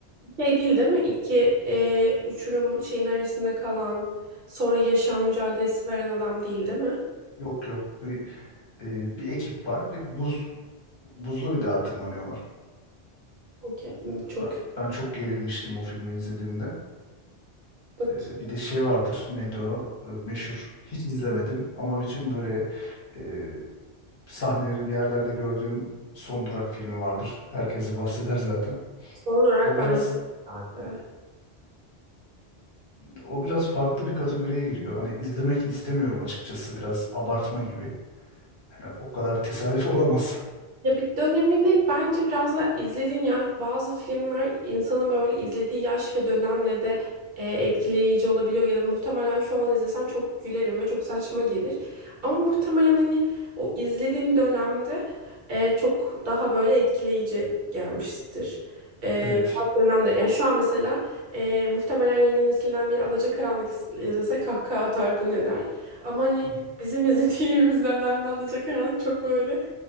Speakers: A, on the right; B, on the left.
A: Şey değil değil mi? İki e, uçurumun şeyin arasında kalan sonra yaşam mücadelesi veren adam değil değil mi?
B: Yok yok bir e, bir ekip var. Bir buz buzlu bir dağa tırmanıyorlar.
A: Okey. Çok
B: Ben, ben çok gerilmiştim o filmi izlediğimde.
A: bak
B: Ee, Bir de şey vardır neydi o Ee, meşhur hiç izlemedim ama bütün böyle e, sahnelerini bir yerlerde gördüğüm Son Durak filmi vardır. Herkes de bahseder zaten.
A: son olarak
B: O biraz
A: ben Hadi.
B: o biraz farklı bir kategoriye giriyor. Hani izlemek istemiyorum açıkçası biraz abartma gibi. Yani o kadar tesadüf <laughs> olamaz.
A: Ya bir döneminde bence biraz da izlediğin yaş, bazı filmler insanın böyle izlediği yaş ve dönemle de e, etkileyici olabiliyor ya da muhtemelen şu an izlesem çok gülerim ve çok saçma gelir. Ama muhtemelen hani o izlediğim dönemde e, çok daha böyle etkileyici gelmiştir. E,
B: Evet.
A: biraz dönemde yani şu an mesela e, muhtemelen yeni nesilden bir Alacakaranlık iz- izlese kahkaha atar bu ne der. Ama hani
B: Hı hı.
A: bizim <laughs> izlediğimiz dönemde Alacakaranlık çok böyle